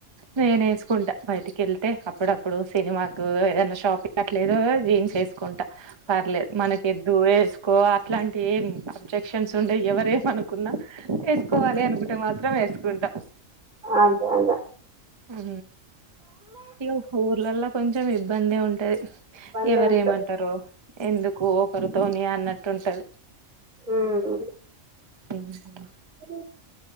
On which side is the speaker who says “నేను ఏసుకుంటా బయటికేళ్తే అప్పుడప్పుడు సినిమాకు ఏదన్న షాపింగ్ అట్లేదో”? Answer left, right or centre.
Right